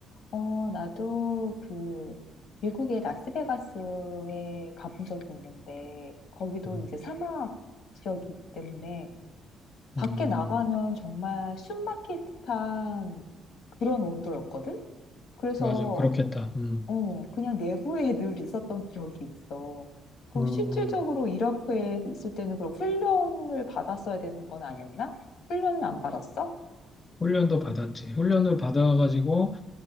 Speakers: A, on the left (about 70°); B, on the left (about 25°).
A: 어, 나도 그 미국의 라스베가스에 가본 적이 있는데 거기도
B: 음,
A: 이제 사막 지역이기 때문에 밖에
B: 음,
A: 나가면 정말 숨 막힐 듯한 그런 온도였거든? 그래서
B: 맞아. 그렇겠다. 음,
A: 어, 그냥 내부에 늘 있었던 기억이 있어. 그럼
B: 음,
A: 실질적으로 이라크에 있을 때는 그럼 훈련을 받았어야 되는 건 아니었나? 훈련은 안 받았어?
B: 훈련도 받았지. 훈련을 받아가지고,